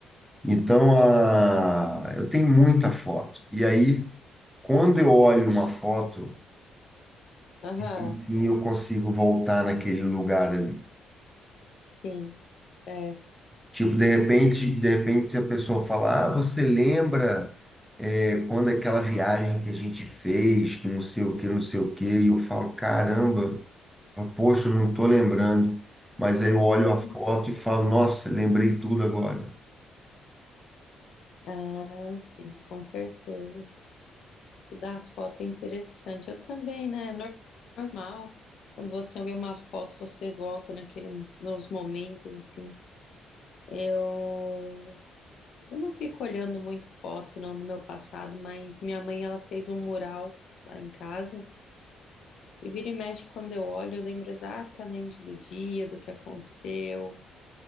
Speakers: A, in the centre; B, on the left.
A: Então, a... eu tenho muita foto. E aí, quando eu olho uma foto,
B: aham.
A: enfim, eu consigo voltar naquele lugar ali.
B: Sim, é.
A: Tipo, de repente, de repente, se a pessoa falar, ah, você lembra é, quando aquela viagem que a gente fez, que não sei o que, não sei o que, e eu falo, caramba, poxa, eu não tô lembrando. Mas aí eu olho
B: Uhum.
A: a foto e falo, nossa, lembrei tudo agora.
B: Ah, sim, com certeza. Estudar a foto é interessante. Eu também, né? É nor- normal. Quando você vê uma foto, você volta naquele, nos momentos, assim. Eu, eu não fico olhando muito foto, não, do meu passado, mas minha mãe, ela fez um mural lá em casa. E vira e mexe, quando eu olho, eu lembro exatamente do dia, do que aconteceu.